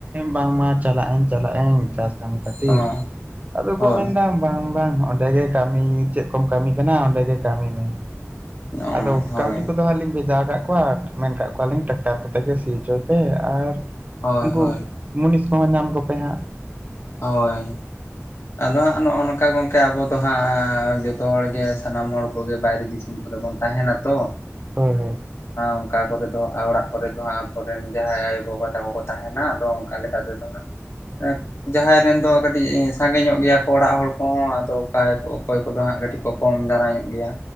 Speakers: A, on the right (about 30°); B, on the left (about 55°).
A: ᱵᱟᱝ ᱢᱟ ᱪᱟᱞᱟᱜ ᱟᱹᱧ ᱪᱟᱞᱟᱜ ᱟᱹᱧ ᱪᱟᱥ ᱠᱟᱹᱢᱤ ᱠᱟᱛᱮ ᱛᱤᱨᱮ
B: ᱦᱚᱸ
A: ᱟᱫᱚ
B: ᱦᱳᱭ
A: ᱠᱚ ᱢᱮᱱ ᱫᱟ ᱵᱟᱝ ᱵᱟᱝ ᱚᱸᱰᱮ ᱜᱮ ᱠᱟᱹᱢᱤ ᱪᱮᱫ ᱠᱚᱢ ᱠᱟᱹᱢᱤ ᱠᱟᱱᱟ ᱚᱸᱰᱮ ᱜᱮ ᱠᱟᱹᱢᱤ ᱢᱮ।
B: ᱚ
A: ᱟᱫᱚ
B: ᱦᱳᱭ
A: ᱠᱟᱹᱣᱰᱤ ᱠᱚᱫᱚ ᱦᱟᱸᱜ ᱞᱤᱧ ᱵᱷᱮᱡᱟ ᱠᱟᱜ ᱠᱚᱣᱟ ᱟᱨ ᱢᱮᱱ ᱠᱟᱜ ᱠᱚᱣᱟᱞᱤᱧ ᱴᱨᱟᱠᱴᱟᱨ ᱠᱚᱛᱮ ᱜᱮ ᱥᱤ ᱦᱚᱪᱚᱭ ᱯᱮ ᱟᱨ
B: ᱦᱳᱭ
A: ᱩᱱᱠᱩ
B: ᱦᱳᱭ
A: ᱢᱩᱱᱤᱥ ᱠᱚ ᱦᱚᱸ ᱧᱟᱢ ᱠᱚᱯᱮ ᱦᱟᱸᱜ।
B: ᱦᱳᱭ। ᱟᱫᱚ ᱦᱟᱸᱜ ᱱᱚᱜᱼᱚ ᱱᱚᱝᱠᱟ ᱜᱚᱝᱠᱮ ᱟᱵᱚ ᱫᱚ ᱦᱟᱸᱜ ᱡᱚᱛᱚ ᱦᱚᱲᱜᱮ ᱥᱟᱱᱟᱢ ᱦᱚᱲ ᱠᱚᱜᱮ ᱵᱟᱭᱨᱮ ᱫᱤᱥᱚᱢ ᱠᱚᱨᱮ ᱵᱚᱱ ᱛᱟᱦᱮᱱᱟ ᱛᱚ।
A: ᱦᱳᱭ
B: ᱚᱱᱠᱟ ᱠᱚᱨᱮ ᱫᱚ ᱚᱲᱟᱜ ᱠᱚᱨᱮ ᱫᱚ ᱦᱟᱸᱜ ᱟᱵᱚᱨᱮᱱ ᱡᱟᱦᱟᱸᱭ ᱟᱭᱳᱼᱵᱟᱵᱟ ᱛᱟᱠᱚ ᱠᱚ ᱛᱟᱦᱮᱱᱟ ᱟᱫᱚ ᱚᱱᱠᱟ ᱞᱮᱠᱟ ᱛᱮᱫᱚ ᱦᱟᱸᱜ ᱮᱸᱼᱼ ᱡᱟᱦᱟᱸᱭ ᱨᱮᱱ ᱫᱚ ᱠᱟᱹᱴᱤᱡ ᱥᱟᱸᱜᱮ ᱧᱚᱜ ᱜᱮᱭᱟ ᱠᱚ ᱚᱲᱟᱜ ᱦᱚᱲ ᱠᱚᱦᱚᱸ ᱟᱫᱚ ᱚᱠᱚ ᱚᱠᱚᱭ ᱠᱚᱫᱚ ᱦᱟᱸᱜ ᱠᱟᱴᱤᱡ ᱠᱚ ᱠᱚᱢ ᱫᱟᱨᱟ ᱧᱚᱜ ᱜᱮᱭᱟ।